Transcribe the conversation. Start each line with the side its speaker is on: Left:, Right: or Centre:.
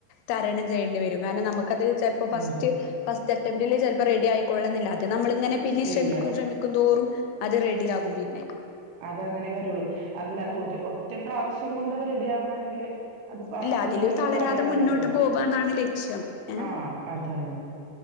Left: തരണം ചെയ്യേണ്ടി വരും കാരണം നമുക്കത് ഇ ഫസ്റ്റ്
Right: അതെ
Left: ഫസ്റ്റ് അറ്റംപറ്റിൽ ചിലപ്പോ റെഡി ആയിക്കൊള്ളണമെന്നില്ല ല്ലഅത് നമ്മളിങ്ങനെ പിന്നെ
Right: ഇല്ല
Left: ശ്രമിക്കും ശ്രിക്ക തോറും അത് റെഡിയകും പിന്നെ
Right: അത അങ്ങനെ വരുള്ളൂ അല്ലാതെ ഒരു ഒറ്റ പ്രാവശ്യം കൊണ്ട്ത് റെഡി ആവാണെങ്കില് അതിപ്പോ
Left: ഇല്ല
Right: അത്രയും
Left: അതില്
Right: വലിയൊരു
Left: തളരാതെ
Right: കാര്യ ആവില്ലല്ലോ
Left: മുന്നോട്ട് പോവാന്നാണ് ലക്ഷ്യം ഏഹ്
Right: ആഹ് അതാണ്